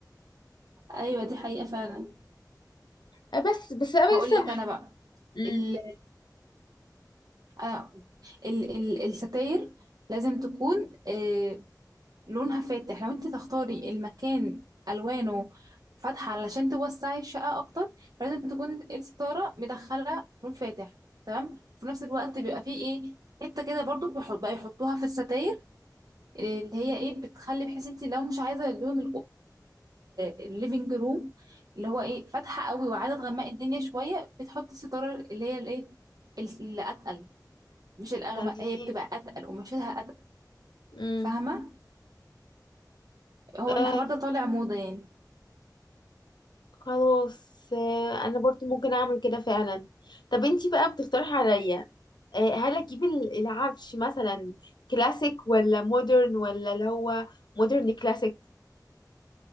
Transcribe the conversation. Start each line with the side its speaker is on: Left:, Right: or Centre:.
Right: ايوه دي حقيقه فعلا
Left: آه بس بس انا
Right: هقول
Left: لسه
Right: لك
Left: مح...
Right: انا بقى
Left: مم.
Right: ال... آه، ال... ال... الستاير لازم تكون آه، لونها فاتح لو انت تختاري المكان الوانه فاتحه علشان توسعي الشقه اكتر فلازم تكون الستاره مدخله لون فاتح تمام وفي نفس الوقت بيبقى فيه ايه حته كده برضو بيحط بقى يحطوها في الستاير اللي هي ايه بتخلي بحيث انت لو مش عايزه لون الليفنج روم اللي هو ايه فاتحه قوي وعايزه تغمقي الدنيا شويه بتحطي الستاره اللي هي الايه اللي اتقل مش الاغمق
Left: تمام
Right: هي بتبقى اتقل ومشيلها اتقل
Left: مم.
Right: فاهمه هو الحوار
Left: آه،
Right: ده طالع موضه يعني
Left: خلاص آه، انا برضو ممكن اعمل كده فعلا طب انتي بقى بتقترحي عليا آه، هل اجيب ال- العفش مثلا كلاسيك ولا مودرن ولا اللي هو مودرن كلاسيك